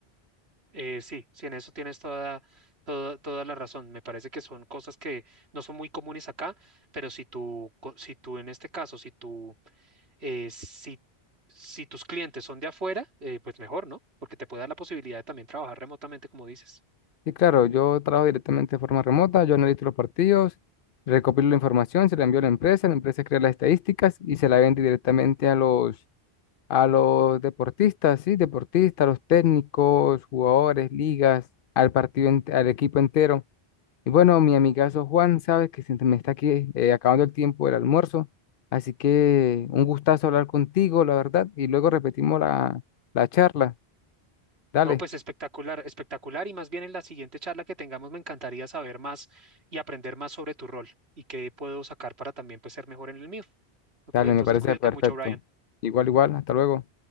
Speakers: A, on the right; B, on the left.
A: eh, sí, sí, en eso tienes toda, toda, toda la razón. Me parece que son cosas que no son muy comunes acá, pero si tú, co- si tú en este caso, si tú, eh, si, si tus clientes son de afuera, eh, pues mejor, ¿no? Porque te puede dar la posibilidad de también trabajar remotamente, como dices.
B: Y claro, yo trabajo directamente de forma remota, yo analizo los partidos, recopilo la información, se la envío a la empresa, la empresa crea las estadísticas y se la vende directamente a los, a los deportistas, ¿sí? Deportistas, los técnicos, jugadores, ligas, al partido, ent- al equipo entero. Y bueno, mi amigazo Juan, sabes que se me está aquí eh, acabando el tiempo del almuerzo, así que un gustazo hablar contigo, la verdad, y luego repetimos la la charla. Dale,
A: No, pues espectacular, espectacular. Y más bien en la siguiente charla que tengamos me encantaría saber más y aprender más sobre tu rol y qué puedo sacar para también pues ser mejor en el mío.
B: dale,
A: Cu- Entonces
B: me parece
A: cuídate
B: perfecto.
A: mucho, Brian.
B: Igual, igual, hasta luego.